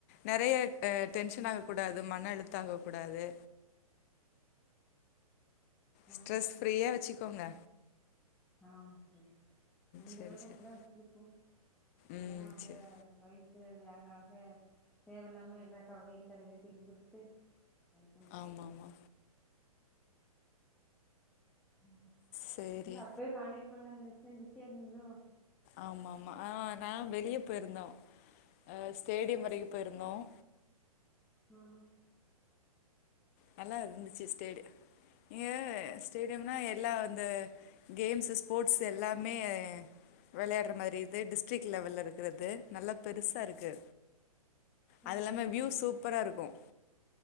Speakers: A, on the left (about 25°); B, in the centre.
A: நெறைய அ டென்ஷன் ஆக கூடாது மன அழுத்த ஆக கூடாது
B: ஆ
A: ஸ்ட்ரெஸ் ஃப்ரீயா வச்சு கோங்க
B: ஆ செரி முடிஞ்ச
A: சேரி
B: அளவுக்கு
A: சேரி
B: அப்டிதா வச்சிருக்கோ இதுதான
A: ம்
B: அவங்க
A: சேரி
B: வயசு அது ஆக தேவ இல்லாம எல்லா கவலையு தலையில தூக்கி போட்டுட்டு அங்க நிக்க
A: ஆமா
B: வேணு
A: ஆமா
B: ம்
A: சேரி
B: இல்ல அப்பயே காண்டேக் பண்லா நெனைச்சே பிசியா இருந்தீங்களோ
A: ஆமா ஆமா ஆ நா வெளிய போயிருந்தோம் அ ஸ்டேடியம் வரைக்கு போயிருந்தோம்
B: ம்
A: நல்லா இருந்துச்சு ஸ்டேடி நீங்க ஸ்டேடியம் ஆனா எல்லா அந்த கேம்ஸு ஸ்போர்ட்ஸு எல்லாமே வெளையாடுற மாரி இது டிஸ்ட்ரிக் லெவல்ல இருக்றது நல்லா பெருசா இருக்கு
B: ஆ
A: அது இல்லாம
B: ஆ
A: வியூ
B: ஆ
A: சூப்பரா இருக்கும்